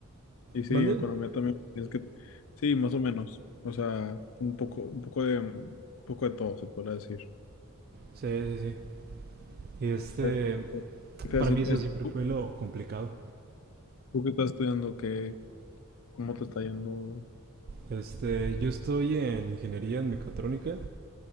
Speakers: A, on the left; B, on the right.
A: Y sí,
B: ¿Mande?
A: economía también, tienes que, sí, más o menos. O sea, un poco, un poco de, un poco de todo, se podrá decir.
B: Sí, sí, sí. Y este,
A: Eh, eh, ¿Qué te iba
B: para
A: a decir?
B: mí eso
A: Es-
B: siempre
A: ¿Tú,
B: fue lo complicado.
A: tú qué estás estudiando? ¿Qué, cómo te está yendo?
B: Este, yo estoy en ingeniería en mecatrónica.